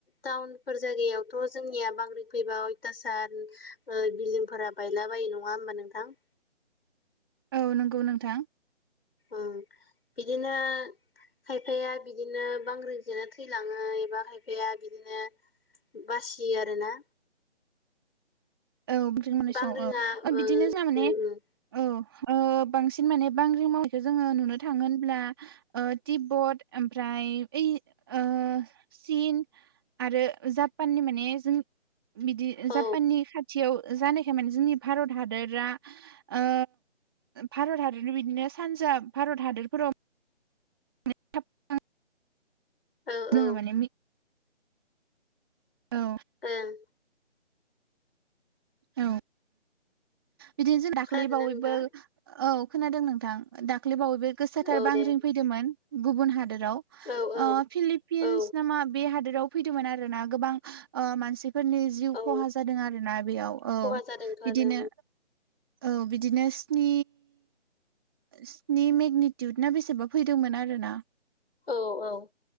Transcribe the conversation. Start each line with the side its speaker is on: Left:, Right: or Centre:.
Left: टाउनफोर जायगायावथ' जोंनिया बांग्रि फैबा अयथासान बिल्दिंफोरा बायला बा यो नङा होमबा नोंथां?
Right: औ नोंगौ नोंथां।
Left: ओं बिदिनो खायफाया बिदिनो बांग्रिंजोंनो थैलाङो एबा खायफाया बिदिनो बासियो आरोना।
Right: औ <unintelligible>
Left: बांग्रिङा
Right: बिदिनो जोंना
Left: ओ
Right: माने
Left: उम उम
Right: औ। ओ बांसिन माने बांग्रि मावनायखौ जोङो नुनो थाङो होमब्ला टिबट ओमफ्राय फ्राय ओइ ओ चिन आरो जापाननि माने जों बिदि
Left: औ
Right: जापाननि खा थियाव जानायखाय माने जोंनि भारत हादोरा ओ भारत हादरनि बिदिनो सान‌ पान्जाब भारत हादरफोराव <unintelligible>
Left: औ
Right: जोङो
Left: औ
Right: माने औ
Left: ओं
Right: औ बिदिनो जों दाख्लै
Left: खोनादोंना
Right: बावैबो
Left: नोंथाङा?
Right: औ खोनादों नोंथां दाखलैबवैबो गोसाथार
Left: औ
Right: बांग्रि
Left: दे
Right: फैदोंमोन गुबुन हादोर राव
Left: औ औ
Right: फिलिपिन्स
Left: औ
Right: नामा बे हादोराव फैदोंमोन आरो ना गोबां ओ मानसि फोरनि जिउ
Left: औ
Right: खहा जादों आरोना बेयाव औ
Left: खहा जादोंथ'
Right: बिदिनो
Left: आरो
Right: औ बिदिनो स्नि स्नि मेगनेटिउद ना बेसेबा फैदोंमोन आरो ना।
Left: औ औ